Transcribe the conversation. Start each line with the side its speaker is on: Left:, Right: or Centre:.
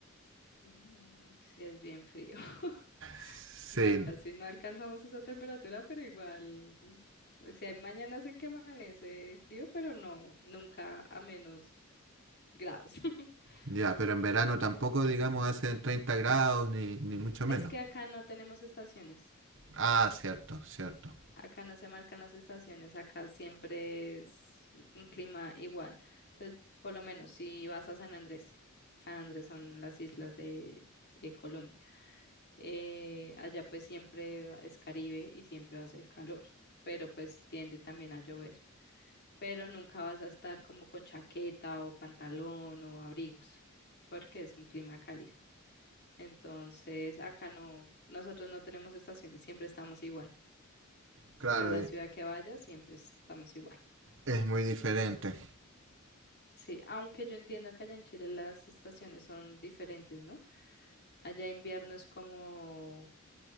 Left: Mm, Sí, es bien frío. <laughs>
Right: Sí,
Left: No, casi no alcanzamos esa temperatura, pero igual. O sea, hay mañanas en que amanece frío, pero no, nunca a menos grados. <laughs>
Right: ya, pero en verano tampoco, digamos, hacen 30 grados ni, ni mucho menos.
Left: Es que acá no tenemos estaciones.
Right: Ah, cierto, cierto.
Left: Acá no se marcan las estaciones. Acá siempre es un clima igual. Entonces, por lo menos si vas a San Andrés, San Andrés son las islas de, de Colombia. Eh, allá pues siempre es Caribe y siempre va a ser calor, pero pues tiende también a llover. Pero nunca vas a estar como con chaqueta o pantalón o abrigos, porque es un clima cálido. Entonces, acá no, nosotros no tenemos estaciones, siempre estamos igual.
Right: Claro,
Left: A la
Right: e-
Left: ciudad que vayas, siempre estamos igual.
Right: es muy diferente.
Left: Sí, aunque yo entiendo que allá en Chile las estaciones son diferentes, ¿no? Allá invierno es como